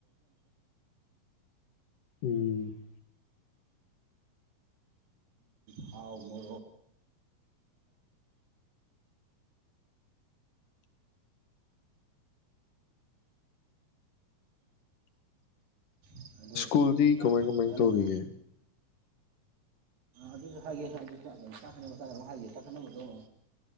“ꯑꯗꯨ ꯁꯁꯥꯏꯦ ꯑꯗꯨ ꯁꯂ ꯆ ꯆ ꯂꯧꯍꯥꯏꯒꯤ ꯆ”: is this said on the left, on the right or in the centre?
Right